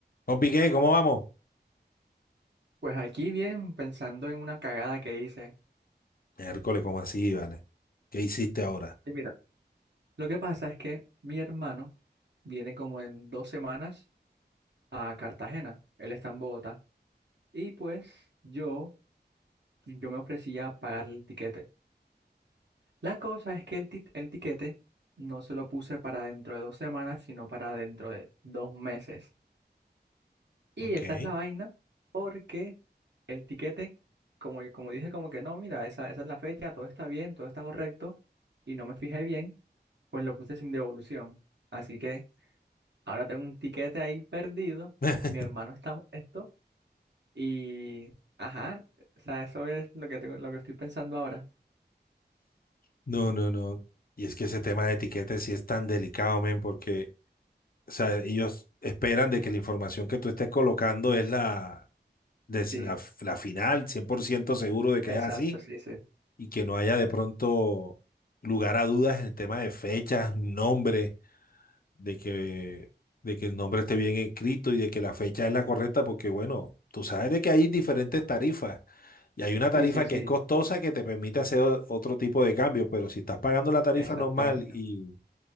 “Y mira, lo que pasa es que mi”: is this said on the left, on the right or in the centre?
Right